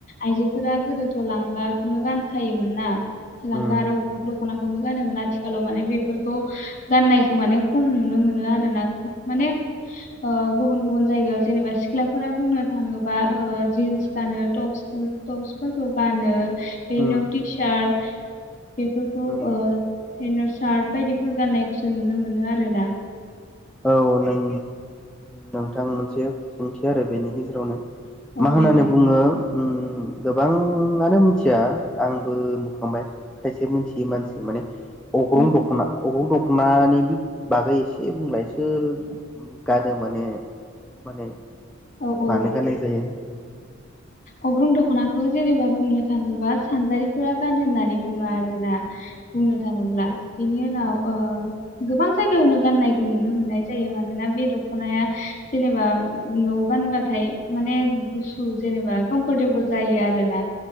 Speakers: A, on the left; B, in the centre.
A: आइजोफोरा गोदोथ' लांगाखौनो गानखायोमोन ना? सि लांगा
B: उम
A: आरो अग्रं दख'नाखौनो गानोमोन आथिखालाव माने बे फोरखौ गाननायखौ माने खम नुनो मोनो आरोना। माने ओ गुबुन गुबुन जायगायाव जेनेबा सिख्लाफोरा बुंनो थाङोबा ओ जिन्स गानो टप्स टप्सफोरखौ गानो। बे
B: उम
A: नटि सार बेफोरखौ
B: उम
A: ओ जेन सार्ट बायदिफोर गान्नायखौसो नुनो मोनो आ रोना?
B: औ नों नों थां मोनसे सोंथि आरो बेनि गेजेरावनो।
A: औ
B: मा होननानै
A: दे बुं
B: बुङो उम गोबाङानो मिथिया आंबो नुखांबाय खायसे मिथियै मानसि माने अग्रन
A: उम,
B: दख'ना अग्रन दख' नानि बि बागै एसे बुंलाय। सोर गानो माने माने
A: औ औ
B: मानो गाननाय जायो? उम।
A: अग्रं दख'नाखौ जेनेबा बुंनो थाङोबा सानजारिफोरा गानो होननानै बुङो आरोना? बुंनो थाङोब्ला। बेनि उनाव ओ गोबां जायगायावनो गाननायखौ नुनो मोननाय जायो मानोना बे दख'नाया जेनेबा न'आव गानबाथाय माने गुसु जेनेबा कमफर्टेबोल जायो आरोना।